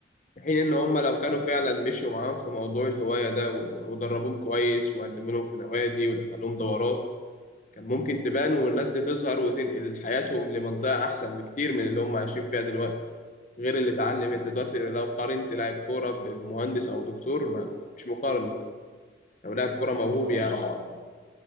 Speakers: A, on the left; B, on the right.
A: في حين إن هم لو كانوا
B: ايوه
A: فعلا
B: ايوه
A: مشوا معاهم في موضوع الهواية ده و- ودربوهم كويس وقدموا لهم في نوادي ودخلوهم دورات كان ممكن تبان والناس دي تظهر وتنقل حياتهم لمنطقة أحسن بكتير من اللي هم عايشين فيها دلوقتي غير اللي اتعلم
B: مظبوط
A: أنت دلوقتي لو قارنت لاعب كورة ب- بمهندس أو دكتور ما مش مقارنة لو لاعب كورة موهوب
B: مفيش طبعا
A: يعني
B: وجه للمقارنه